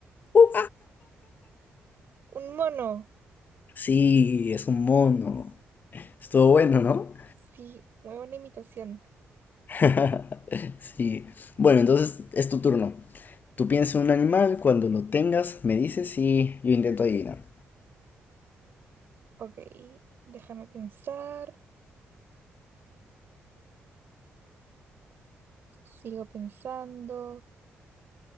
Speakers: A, on the left; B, on the right.
A: "Uh".
B: ¿Un mono?
A: Sí, es un mono. Estuvo bueno, ¿no?
B: Sí, muy buena imitación.
A: <laughs> Sí. Bueno, entonces es tu turno. Tú piensas en un animal, cuando lo tengas me dices y yo intento adivinar.
B: Ok, déjame pensar. Sigo pensando.